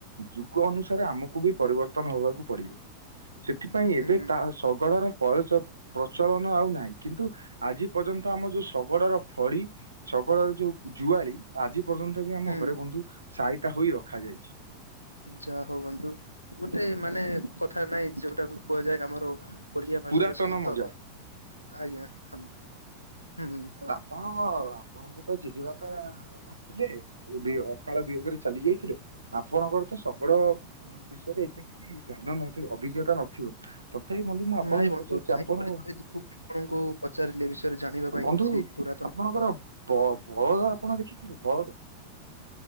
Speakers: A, on the right; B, on the left.
A: ଯୁଗ ଅନୁସାରେ ଆମକୁ ବି ପରିବର୍ତ୍ତନ ହବାକୁବି ପଡିବ। ସେଥିପାଇଁ
B: ହୁଁ
A: ଏବେ
B: ହୁଁ
A: ତା ଶଗଡର ପଳଚ। ପ୍ରଚଳନ ଆଉ ନାହିଁ କିନ୍ତୁ ଆଜି ପର୍ଯ୍ୟନ୍ତ ଆମ ଯୋଉ ଶଗଡର ଫଡି ଶଗଡର ଯୋଉ ଜୁଆଳି ଆଜି ପର୍ଯ୍ୟନ୍ତ ବି ଆମ
B: ହୁଁ।
A: ଘରେ ବନ୍ଧୁ ସାଇତା ହୋଇ ରଖାଯାଇଛି।
B: ଯାହା ହଉ ବନ୍ଧୁ ଗୋଟେ ମାନେ କଥା ନାଇଁ ଯୋଉଟାକୁ କୁହାଯାଏ ଆମର ଓଡିଆ ଭାଷାରେ
A: ପୁରାତନ
B: ସନ୍ତକ
A: ମଜା
B: ଆଜ୍ଞା ହୁଁ ହୁଁ।
A: ହଁ ହଁ ଆପଣଙ୍କୁ ତ ଯିଜି ବାପା ନ ଥିଲେ ବି ଅକାଳ ବିୟୋଗରେ ଚାଲି ଯାଇଥିଲେ ଆପଣଙ୍କର ତ ଶଗଡ ବିଷୟରେ ଏତେ କିଛି ଧ୍ୟାନ ନଥି ଅଭିଜ୍ଞତା ନଥିବ ତଥାପି ମୁଁ ମୁଁ ଆପଣଙ୍କୁ
B: ନାଇଁ ବନ୍ଧୁ
A: ପଚାରୁଛି
B: ନାଇଁ
A: ଆପଣ
B: ବୋଲି ତ ସେ ଯୋଗୁ ଆପଣଙ୍କୁ ପଚାରିଲି ଏ ବିଷୟରେ ଜାଣିବା ପାଇଁ
A: ବନ୍ଧୁ
B: କିଛି ପୁରାତନ
A: ଆପଣଙ୍କର ବ ବଳଦ ଆପଣ ଦେଖିଥିଲେ ବଳଦ।